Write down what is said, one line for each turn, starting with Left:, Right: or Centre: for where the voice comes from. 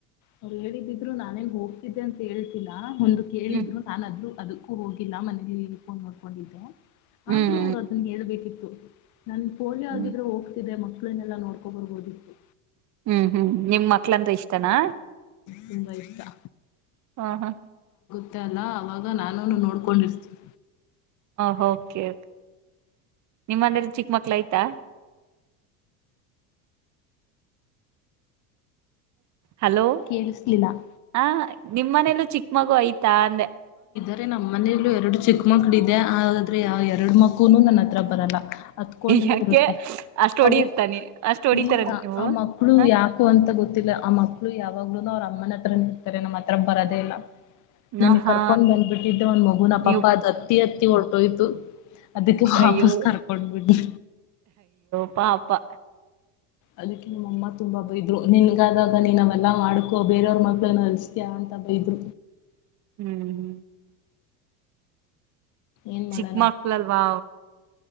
Left: ಅವ್ರು ಹೇಳಿದಿದ್ರು ನಾನೇನ್ ಹೋಗ್ತಿದ್ದೆ ಅಂತ ಹೇಳ್ತಲ್ಲಾ ಒಂದು ಕೇಳಿದ್ರು
Right: ಹ್ಮ್
Left: ನಾನದ್ೂ ಅದು ು ಹೋಗಿಲ್ಲ ಮನೆಯಲ್ಲಿ ಫೋನ್ ಮಾಡೋ್ಕೊಂಡಿದ್ದೆ
Right: ಹ್ಮ್
Left: ಆದ್ರೂ ಅವ್ರು ಅದನ್ನ ಹೇಳ್ಬೇಕಿತ್ತು ನನ್ ಫೋನ್
Right: ಹ್ಮ್
Left: ಹದಿದ್ರೆ ಹೋಗ್ತಿದ್ದೆ ಮಕ್ಳನೆಲ್ಲಾ ನೋಡ್ಕೊಬರ್ ಓದಿತ್ತು
Right: ಹ್ಮ್ ಹ್ಮ್ ನಿಮ್ ಮಕ್ಳಂದ್ರೆ ಇಷ್ಟನಾ
Left: ತುಂಬ ಇಷ್ಟಾ
Right: ಹಾ ಹಾ
Left: ಗ ಅಲ್ಲ ಅವಾಗ ನಾನುನು ನೋಡ್ಕೊಂಡಿರ್ತೀನಿ
Right: ಹ ಕೆ ನಿಮ್ಮಂದಲ್ಲಿ ಚಿಕ್ಕ ಮಕ್ಳ ಆಯ್ತಾ ಹಲೋ
Left: ಕೇಳಿಸ್ಲಿಲ್ಲ.
Right: ಹ ನಿಮ್ಮ್ ಮನೇಲ್ಲೂ ಚಿಕ್ಕ ಮಗು ಐ್ತ ತಾನ
Left: ಆದಂದ್ರೆ ನಮ್ಮ ಮನೆಯಲ್ಲೂ ಎರಡು ಚಿಕ್ಕ ಮಕ್ಳು ಇದೆ ಆದ್ರೆ ಎರಡು ಮಕ್ಕುನು ನನ್ನ ಹತ್ರ ಬರಲ್ಲ ಅತ್ಕೊಂಡೆ
Right: ಯಾಕೆ
Left: ಇರುತ್ತೆ
Right: ಅಷ್ಟ ಹೊಡತಾನ
Left: ಅವು
Right: ಅಷ್ಟು ಹೊಡಿತಾರ
Left: ಇಲ್ಲ
Right: ನೀವು
Left: ಆ ಮಕ್ಳು
Right: ಹ
Left: ಯಾಕೋ ಅಂತ ಗೊತ್ತಿಲ್ಲ ಆ ಮಕ್ಳು ಯಾವಾಗ್ಲೂನು ಅವ್ರ ಅಮ್ಮನ ಹತ್ರ ಇರ್ತಾರೆ ನಮ್ಮ್ ಹತ್ರ ಬರೋದೇ ಇಲ್ಲ
Right: ಹ
Left: ನನ್ಗ್
Right: ಹಾ
Left: ಕರ್ಕೊಂಡ್ ಬಂದ್ಬಿಟ್ಟಿದ್ದೆ ಒಂದ ಮಗುನ
Right: ನೀವು
Left: ಪಾಪ್ಪ ಅದ್ ಅತ್ತಿ ಅತ್ತಿ ಹೊರಟೋಯ್ತು ಅದಕ್ಕೆ ವಾಪಸ್
Right: ಅಯ್ಯೋ
Left: ಕರ್ಕೊಂಡ್ಬಿಡಿ
Right: ಪ್ಪಾಪ್ಪಾ
Left: ಅದಕ್ಕೆ ನಿಮ್ಮ ಅಮ್ಮ ತುಂಬಾ ಹಬ್ಬ ಇದ್ರು ನಿನ್ಗಾದಾಗ ನೀನ್ ಅವೆಲ್ಲಾ ಮಾಡ್ಕೋ ಬೇರೆಯವ್ರ ಮಕ್ಳನ್ನ ಅಲ್ಸತಂತ ಬೈದು
Right: ಹ್ಮ್್ಮ
Left: ಏನ್
Right: ಚಿಕ್ಕಮಕ್ಳಲ್ವಾ
Left: ಮಾಡಣ.